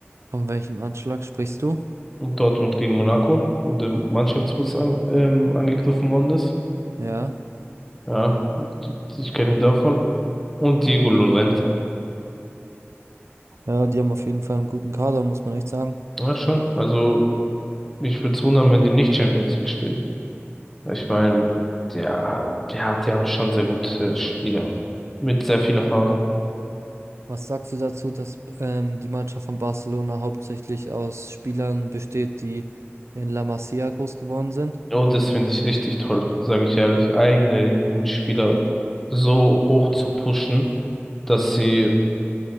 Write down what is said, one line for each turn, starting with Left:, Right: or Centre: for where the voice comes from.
Right: Von welchem Anschlag sprichst du?
Centre: und Dortmund gegen Monaco, wo der Mannschaftsbus an, ähm, angegriffen worden ist.
Right: Ja.
Centre: Ja, ich kenne ihn davon. Und Diego Llorente.
Right: Ja, die haben auf jeden Fall einen guten Kader, muss man echt sagen.
Centre: Ja, schon. Also, mich würde es wundern, wenn die nicht Champions League spielen. Ich meine, der, der, die haben schon sehr gute Spieler. Mit sehr viel Erfahrung.
Right: Was sagst du dazu, dass ähm, die Mannschaft von Barcelona hauptsächlich aus Spielern besteht, die in La Masia groß geworden sind?
Centre: Oh, das finde ich richtig toll, sage ich ehrlich. Eigene Jugendspieler so hoch zu pushen, dass sie